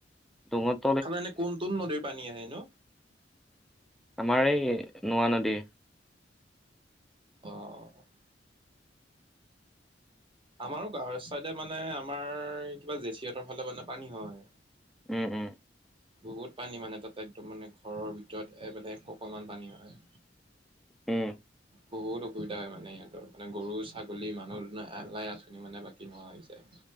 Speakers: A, in the centre; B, on the right.
A: দোঙত
B: খালো এনে কোন কোন নদীৰ পানী আহে নো?
A: আমাৰ এই নোৱা নদীৰ।
B: অ আমাৰো গাঁৱৰ ছাইডে মানে, আমাৰ কিবা জেঠিহঁতৰ ফালে মানে পানী হয়।
A: উম উম।
B: বহুত পানী মানে, তাতে একদম মানে ঘৰৰ ভিতৰত এই মানে এককালমান পানী হয়।
A: উম।
B: বহুত অসুবিধা হয় মানে ইহঁতৰ। মানে গৰু-ছাগলী, মানুহ-দোনো আলাই আঁঠানি মানে বাকী নোহোৱা হৈ জায়।